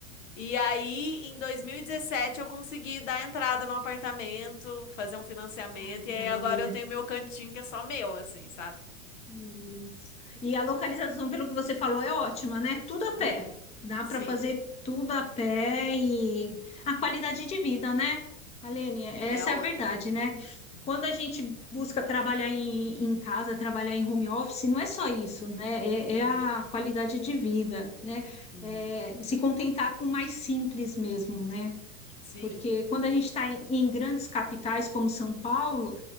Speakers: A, on the left (about 65°); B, on the left (about 15°).
A: E aí, em 2017, eu consegui dar entrada no apartamento, fazer um financiamento,
B: Ai, que
A: e aí
B: maravilha.
A: agora eu tenho meu cantinho que é só meu, assim, sabe?
B: Isso. E a localização, pelo que você falou, é ótima, né? Tudo a
A: Sim,
B: pé. Dá
A: sim,
B: para fazer tudo a pé e a qualidade de vida, né? Alene, essa
A: é outra.
B: é a verdade, né?
A: Uhum,
B: Quando a gente busca trabalhar em, em casa, trabalhar em home office, não é só isso, né? É,
A: uhum,
B: é a qualidade de vida, né?
A: uhum,
B: É se contentar com o mais simples mesmo, né?
A: Sim,
B: porque quando a gente está em, em grandes capitais como São Paulo,